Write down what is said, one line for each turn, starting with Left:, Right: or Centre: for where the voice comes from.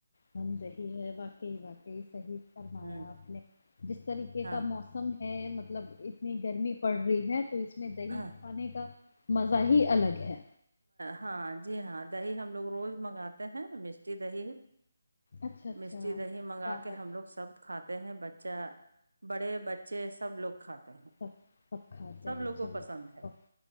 Left: م صی ہے واقعی واقعی صحیح فرمایا
Right: ہ
Left: اپنے جس طریقے
Right: ہاں
Left: کا موسم ہے مطلب اتنی گرمی پڑ رہی ہے تو اس میں دہی
Right: ہاں
Left: کا مزہ ہی الگ ہے
Right: ہاں جی ہاں دہی ہم لوگ روز منگاتے ہیں مشٹی دہی
Left: اچھا اچھا
Right: مٹی دہی منگا
Left: باہر
Right: کے ہم لوگ سب کھاتے ہیں بچ اچھا بڑے بچے سب لوگ کھاتے ہیں
Left: اچ سب کھاتے
Right: سب
Left: ہیں
Right: لوگ کو
Left: چلو
Right: پسند ہے